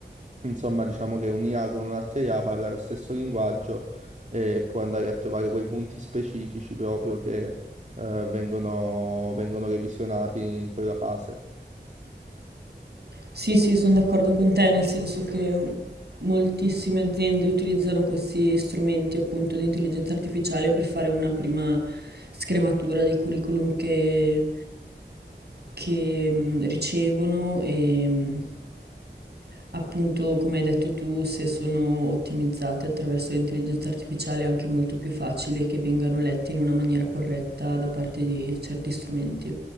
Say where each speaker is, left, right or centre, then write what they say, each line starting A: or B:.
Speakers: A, on the right; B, on the right.
A: insomma, diciamo che un'IA con un'altra IA parla lo stesso linguaggio e può andare a trovare quei punti specifici proprio che eh, vengono, vengono revisionati in quella fase.
B: Sì, sì, sono d'accordo con te, nel senso che moltissime aziende utilizzano questi strumenti appunto di intelligenza artificiale per fare una prima scrematura dei curriculum che, che, mm, ricevono e mm, appunto, come hai detto tu, se sono ottimizzate attraverso l'intelligenza artificiale è anche molto più facile che vengano letti in una maniera corretta da parte di certi strumenti.